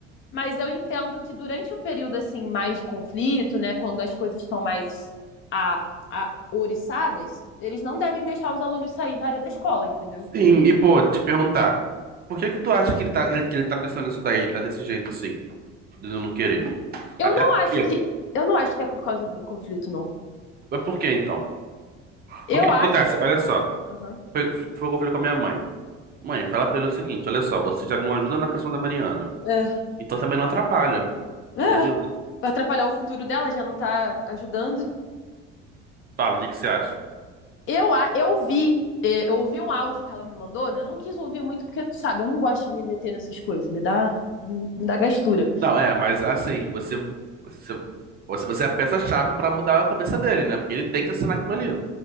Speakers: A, on the left; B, on the right.
A: Mas eu entendo que durante um período assim mais de conflito, né, quando as coisas estão mais a, a oriçadas, eles não devem deixar os alunos sair da área da escola, entendeu?
B: Sim, e pô, te perguntar, por que que tu acha que ele tá, ele- que ele tá pensando nisso daí, tá desse jeito assim, de não querer?
A: Eu
B: Até
A: não
B: porque
A: acho que eu não acho que é por causa do conflito, não.
B: Mas por que então?
A: Eu
B: Porque O
A: acho.
B: que acontece? Olha só,
A: Uhum.
B: foi, foi o que eu falei com a minha mãe. Mãe, fala pra ele o seguinte: olha só, você já não ajuda na questão da Mariana,
A: É,
B: então também não atrapalha, entendeu?
A: é, vai atrapalhar o futuro dela, já não tá ajudando.
B: Fala, o que que você acha?
A: Eu, eu vi, é, eu ouvi um áudio que ela me mandou, né? Eu não quis ouvir muito, porque, tu sabe, eu não gosto de me meter nessas coisas, me dá, me dá gastura.
B: Não, é, mas assim, você, você, você você é a peça-chave pra mudar a cabeça dele, né? Porque ele tem que assinar aquilo ali.